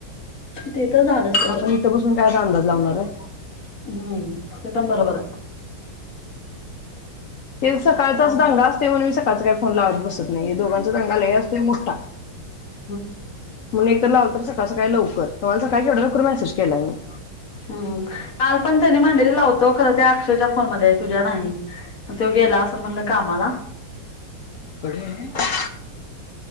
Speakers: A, on the left; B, on the left.
A: ते तर झालं सोड
B: आपण. इथे बसून काय आता अंदाज लावणार आहे.
A: हम्म, ते पण बरोबर.
B: ते सकाळचाच दांगा असते म्हण मी सकाळचा काय फोन लावत बसत नाही दोघांचा दांगा लय असतोय मोठा.
A: <inaudible>
B: म्हणून एक तर लाव तर सकाळ सकाळी लवकर तुम्हाला सकाळ केेवढ्या लवकर मेसेज केलाय मी''
A: हम्म, काल पण त्यानी म्हंडली लावतो खरं त्या अक्षयच्या फोनमध्ये हाय तुझ्या नाही. तो गेला असल म्हणलं कामाला.
B: <unintelligible>